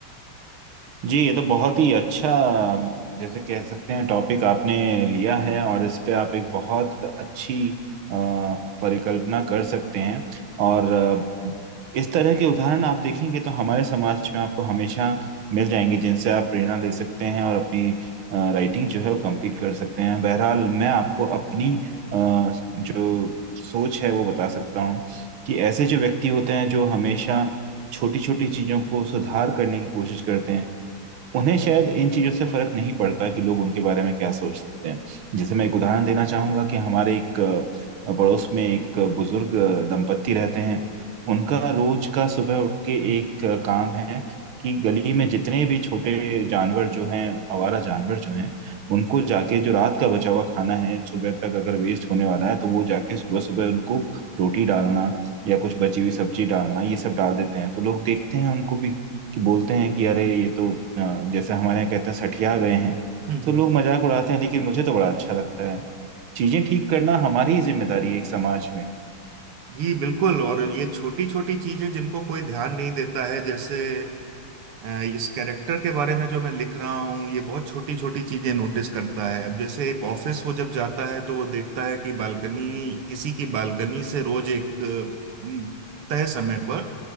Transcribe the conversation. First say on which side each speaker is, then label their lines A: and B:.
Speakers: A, on the right (about 70°); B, on the right (about 85°).
A: जी ये तो बहुत ही अच्छा जैसे कह सकते हैं टॉपिक आपने लिया है और इस पे आप एक बहुत अच्छी अ, परिकल्पना कर सकते हैं और अ, इस तरह के उदाहरण आप देखेंगे तो हमारे समाज में आपको हमेशा मिल जाएंगे जिनसे आप प्रेरणा ले सकते हैं और अपनी राइटिंग जो है वो कंप्लीट कर सकते हैं बहरहाल मैं आपको अपनी अ, जो सोच है वो बता सकता हूँ कि ऐसे जो व्यक्ति होते हैं जो हमेशा छोटी छोटी चीजों को सुधार करने की कोशिश करते हैं उन्हें शायद इन चीज़ों से फ़र्क नहीं पड़ता कि लोग उनके बारे में क्या सोचते हैं। जैसे मैं एक उदाहरण देना चाहूँगा कि हमारे एक अ, पड़ोस में एक बुज़ुर्ग दंपत्ति रहते हैं।
B: हम्म।
A: उनका रोज़ का सुबह उठ के एक अ, काम है कि गली में जितने भी छोटे जानवर जो हैं, आवारा जानवर जो हैं, उनको जाके जो रात का बचा हुआ खाना है, सुबह तक अगर वेस्ट होने वाला है, तो वो जाके सुबह-सुबह उनको रोटी डालना या कुछ बची हुई सब्ज़ी डालना, ये सब डाल देते हैं। तो लोग देखते हैं उनको भी कि बोलते हैं कि अरे ये तो अ, जैसे हमारे यहाँ कहते हैं सठिया गए हैं
B: हम्म
A: तो लोग मजाक उड़ाते हैं लेकिन मुझे तो बड़ा अच्छा लगता है चीजें ठीक करना हमारी ही जिम्मेदारी है एक समाज में
B: जी बिल्कुल और ये छोटी छोटी चीजें जिनको कोई ध्यान नहीं देता है जैसे अ, इस कैरेक्टर के बारे में जो मैं लिख रहा हूँ ये बहुत छोटी छोटी चीजें नोटिस करता है अब जैसे एक ऑफिस वो जब जाता है तो वो देखता है कि बालकनी किसी की बालकनी से रोज एक अ, तय समय पर